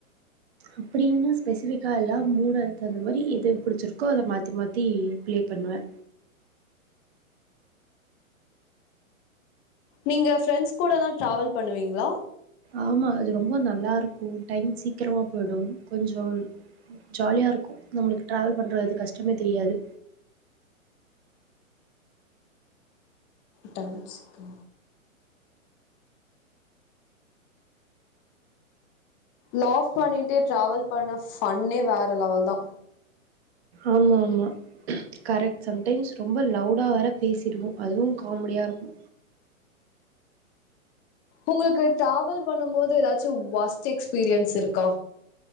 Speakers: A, on the right; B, on the left.
A: அப்டி என்ன ஸ்பெசிபிக்கா எல்லா மூடாயத்து அந்த மாரி எத பிடிச்சிருக்கோ அத மாத்தி மாத்தி பிளே பண்ணுவே
B: நீங்க ஃரெண்ட்ஸ் கூட தா டிராவல் பண்ணுவீங்களா
A: ஆமா அது ரொம்ப நல்லாருக்கு டைம் சீக்கிரமா போயிடும் கொஞ்சம் ஜாலியா இருக்கு நம்மளுக்கு டிராவல் பண்றது அது கஷ்டமே தெரியாது
B: டவ் சிக்க லாப் பண்ணிட்டு டிராவல் பண்ண ஃபண்ணே வேற லெவல் தா
A: ஆமா ஆமா கரெக்ட் சம்டைம்ஸ் ரொம்ப லவுடா வேற பேசிடுவோ அதுவு காமெடியா இருக்கு
B: உங்களுக்கு டிராவல் பண்ணும் போது ஏதாச்சு ஒர்ஸ்ட் எக்ஸ்பீரியன்ஸ் இருக்கா